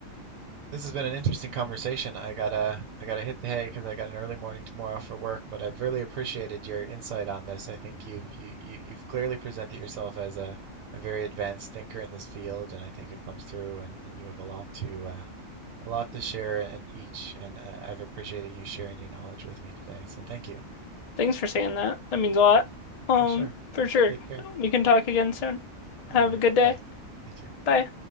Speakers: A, on the right; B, on the left.
A: This has been an interesting conversation. I gotta I gotta hit the hay because I got an early morning tomorrow for work, but I've really appreciated your insight on this. I think you've you, you you've clearly presented yourself as a, a very advanced thinker in this field, and I think it comes through and, and you have a lot to uh, a lot to share and teach, and I, I've appreciated you sharing your knowledge with me today. So thank you.
B: Thanks for saying that. That means a lot. Um,
A: For sure.
B: for sure.
A: Take care.
B: We can talk again soon. Have
A: All right.
B: a good day.
A: Bye. You too.
B: Bye.